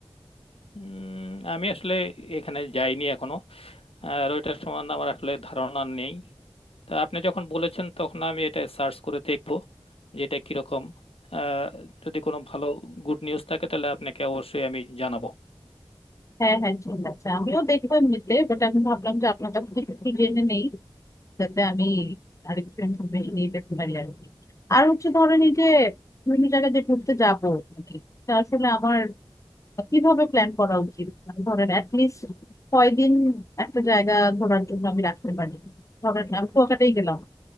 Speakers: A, on the left; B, on the left.
A: উম, আমি আসলে এখানে যাইনি এখনো আর ওইটার সম্বন্ধে আমার আসলে ধারণা নেই তা আপনি যখন বলেছেন তখন আমি এটা সার্চ করে দেখবো যে এটা কিরকম আহ, যদি কোনো ভালো গুড নিউজ থাকে তাহলে আপনাকে অবশ্যই আমি জানাবো
B: হ্যাঁ হ্যাঁ ঠিক আছে আমিও দেখবো এমনিতে বাট আমি ভাবলাম যে আপনার কাছ থেকে একটু জেনে নেই যাতে আমি আরেকটু ইনফরমেশন নিয়ে পেতে পারি আর কি আর হচ্ছে ধরেন এই যে বিভিন্ন জায়গায় যে ঘুরতে যাবো মানে এটা আসলে আমার কিভাবে প্ল্যান করা উচিত মানে ধরেন অ্যাটলিস্ট কয়দিন একটা জায়গা ঘোরার জন্য আমি রাখতে পারি ধরেন আমি কুয়াকাটাই গেলাম